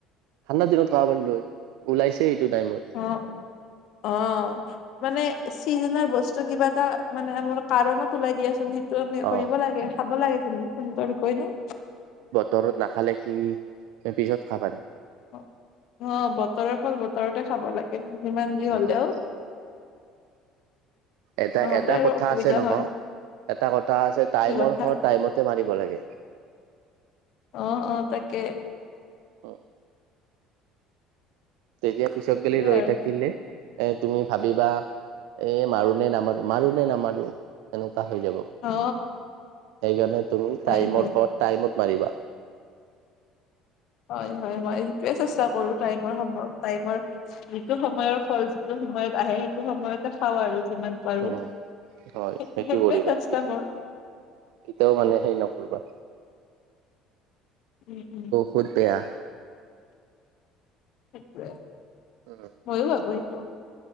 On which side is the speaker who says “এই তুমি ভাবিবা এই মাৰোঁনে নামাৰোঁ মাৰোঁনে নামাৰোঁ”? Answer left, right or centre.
Right